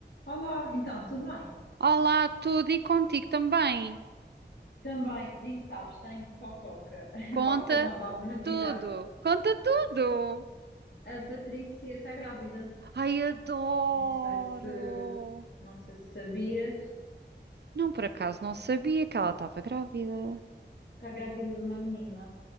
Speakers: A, on the left; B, on the right.
A: Olá, então tudo bem?
B: Olá, tudo e contigo também.
A: Também, nem sabes, tenho fofoca. <laughs>
B: Conta
A: Fofoca não, vá, uma novidade.
B: tudo. Conta tudo.
A: A Patrícia está grávida.
B: Ai, adoro.
A: Não sei se, não sei se sabias,
B: Não, por acaso não sabia que ela estava grávida.
A: está grávida de uma menina.